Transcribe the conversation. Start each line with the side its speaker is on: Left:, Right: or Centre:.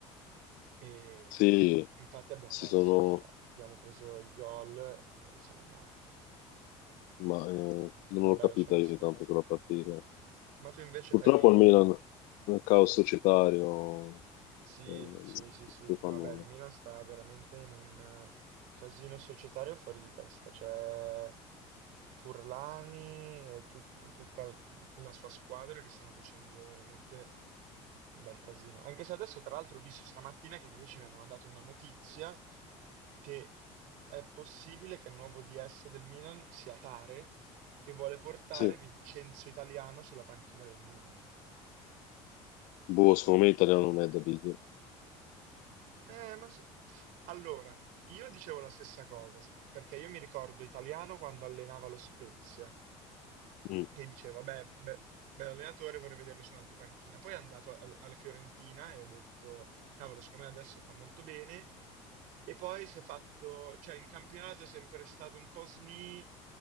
Right: e
Left: Sì,
Right: in- infatti abbiamo
Left: si
Right: perso.
Left: sono
Right: Cioè, abbiamo preso il gol e siamo morti.
Left: ma eh, non
Right: Vabbè,
Left: l'ho capita
Right: lasciamo
Left: io
Right: stare.
Left: tanto quella partita.
Right: Ma tu invece
Left: Purtroppo
Right: fai...
Left: il Milan, nel caos societario,
Right: Sì,
Left: eh, non
Right: sì,
Left: si
Right: sì, sì. No,
Left: fa nulla.
Right: beh, il Milan sta veramente in un eh, casino societario fuori di testa. C'è Furlani e tut- tutta l- la sua squadra che stanno facendo veramente un bel casino. Anche se adesso, tra l'altro, ho visto stamattina che i miei amici mi hanno mandato una notizia che è possibile che il nuovo DS del Milan sia Tare, che vuole portare
Left: Sì,
Right: Vincenzo Italiano sulla panchina del Milan.
Left: boh, secondo me l'italiano non è da big.
Right: Eh, ma s- allora, io dicevo la stessa cosa, s- perché io mi ricordo Italiano quando allenava lo Spezia
Left: Mm.
Right: e dicevo, vabbè, be- bell'allenatore, vorrei vederlo su un'altra panchina. Poi è andato al- alla Fiorentina e ho detto, cavolo, secondo me adesso fa molto bene. E poi si è fatto, cioè in campionato è sempre stato un po' sni,